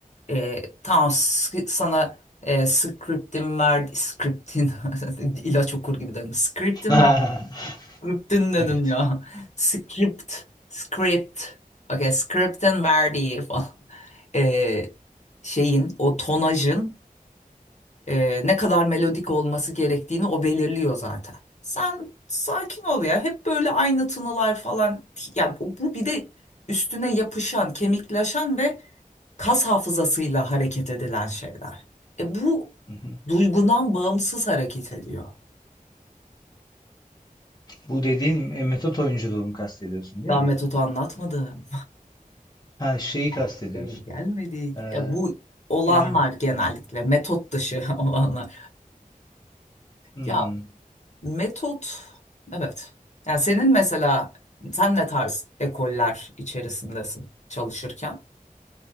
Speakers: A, on the left (about 55°); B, on the left (about 30°).
A: E, tamam s- sana e, scriptin verdi scriptin <laughs> ilaç okur gibi dedim. Scriptin
B: <laughs>
A: ver scriptin dedim
B: Evet.
A: ya. Script script. Okay, scriptin verdiği falan. E, şeyin o tonajın e, ne kadar melodik olması gerektiğini o belirliyor zaten. Sen sakin ol ya. Hep böyle aynı tınılar falan. Ya bu bu bir de üstüne yapışan, kemikleşen ve kas hafızasıyla hareket edilen şeyler. E bu
B: Hı hı.
A: duygudan bağımsız hareket ediyor.
B: Bu dediğin e, metot oyunculuğunu kastediyorsun değil
A: Daha
B: mi?
A: metodu anlatmadım.
B: Ha şeyi kastediyorsun.
A: <laughs> Buraya gelmedik.
B: Ee,
A: Ya bu olanlar
B: yani
A: genellikle metot dışı <laughs> olanlar.
B: hmm.
A: Ya metot evet. Yani senin mesela sen ne tarz ekoller içerisindesin çalışırken?